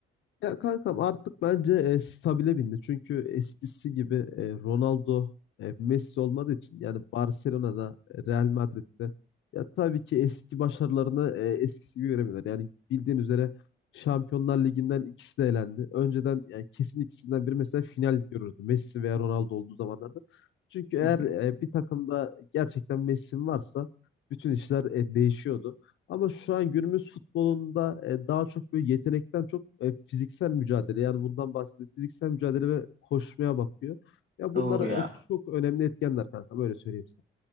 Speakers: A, on the left; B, on the right.
A: Ya kankam artık bence e, stabile bindi. Çünkü eskisi gibi e, Ronaldo, e, Messi olmadığı için yani Barcelona'da, e, Real Madrid'de ya tabii ki eski başarılarını e, eskisi gibi göremiyorlar. Yani bildiğin üzere Şampiyonlar Ligi'nden ikisi de elendi. Önceden yani kesin ikisinden biri mesela final görürdü. Messi veya Ronaldo olduğu zamanlarda. Çünkü eğer
B: <laughs>
A: e, bir takımda gerçekten Messi varsa bütün işler e, değişiyordu. Ama şu an günümüz futbolunda e, daha çok böyle yetenekten çok e, fiziksel mücadele yani bundan bahsediyorum. Fiziksel mücadele ve koşmaya bakıyor. Ya
B: Doğru
A: bunlar
B: ya.
A: e, çok önemli etkenler kanka böyle söyleyeyim sana.